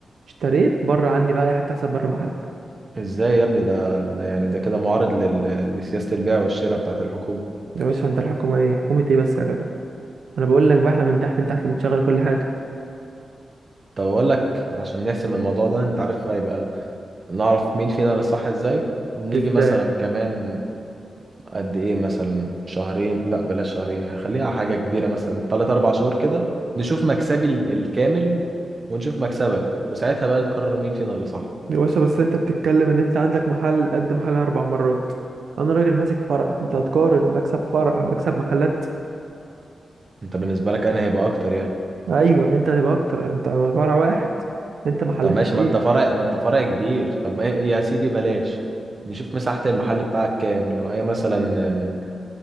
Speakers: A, on the right; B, on the right.
A: اشتريت بره عني بقى اي حاجه تحصل بره المحل
B: ازاي يا ابني ده ده يعني ده كده معارض لل... لسياسه البيع والشراء بتاعت الحكومه
A: يا باشا انت الحكومه ايه حكومه ايه بس يا جدع انا بقول لك بقى احنا من تحت لتحت بنشغل كل حاجه
B: طب اقول لك عشان نحسم الموضوع ده انت عارف هيبقى نعرف مين فينا اللي صح ازاي نيجي
A: ازاي
B: مثلا كمان قد ايه مثلا شهرين لا بلاش شهرين يعني خليها حاجة كبيرة مثلا تلات أربع شهور كده نشوف مكسبي ال- الكامل ونشوف مكسبك وساعتها بقى نقرر مين فينا اللي صح
A: يا باشا بس انت بتتكلم ان انت عندك محل قد محل اربع مرات انا راجل ماسك فرع انت هتقارن مكسب فرع مكسب محلات
B: انت بالنسبة لك انا هيبقى اكتر يعني
A: ايوه انت هتبقى اكتر انت انا فرع واحد انت محلات
B: طب ماشي
A: كتير
B: ما انت فرع ما انت فرع كبير طب ما إيه، يا سيدي بلاش نشوف مساحة المحل بتاعك كام لو هي مثلا آه،